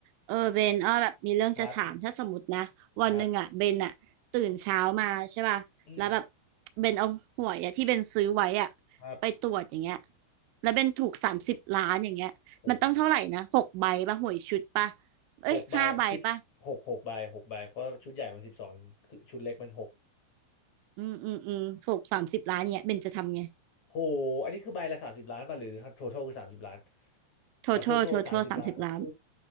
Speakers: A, on the right; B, on the left.
A: เออเบนอ้อแบบมีเรื่องจะถามถ้าสมมตินะวันหนึ่งอ่ะเบนอ่ะตื่นเช้ามาใช่ป่ะแล้วแบบ
B: ครับ ครับอืม
A: เบนเอาหวยอ่ะที่เบนซื้อไว้อ่ะ
B: ครับ
A: ไปตรวจอย่างเงี้ยแล้วเบนถูกสามสิบล้านอย่างเงี้ยมันต้องเท่าไหร่นะหกใบป่ะหวยชุดป่ะ
B: โอ้ห
A: เอ้ยห้าใบป่ะ
B: หกใบสิบหกหกใบหกใบเพราะว่าชุดใหญ่มันสิบสองคือชุดเล็กมันหก
A: อืมอืมอืมถูกสามสิบล้านเงี้ยเบนจะทำไง
B: โหอันนี้คือใบละสามสิบล้านป่ะหรือทั้ง total คือสามสิบล้าน
A: total
B: อ๋อ total
A: total
B: สามสิบล้าน
A: สามสิบล้าน
B: โอ้โห